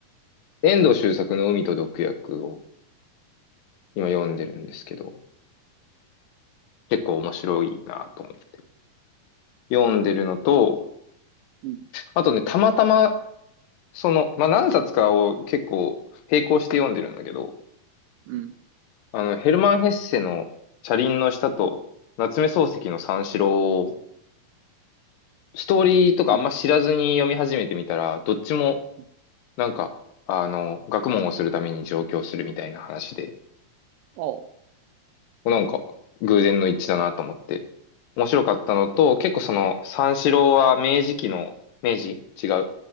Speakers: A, on the left; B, on the right.
A: 遠藤周作の海と毒薬を今読んでるんですけど、結構面白いなと思って読んでるのと、
B: うん、
A: あとね、たまたま、その、まあ、何冊かを結構並行して読んでるんだけど、
B: うん、
A: あの、ヘルマン・ヘッセの車輪の下と夏目漱石の三四郎を、
B: あ、あ
A: ストーリーとかあんま知らずに読み始めてみたら、
B: うん、
A: どっちも、
B: うん、
A: なんか、あの、学問をするために上京するみたいな話で、
B: あ、
A: なんか、偶然の一致だなと思って、面白かったのと、結構その、三四郎は明治期の、明治違う。